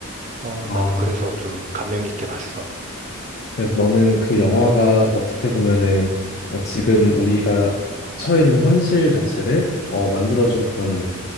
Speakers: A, on the right; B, on the left.
A: 어,
B: 아.
A: 난 그래서 좀 감명 깊게 봤어.
B: 그래서 너는 그 영화가 어떻게 보면은 어, 지금 우리가 처해 있는 현실 자체를 어, 만들어준 그런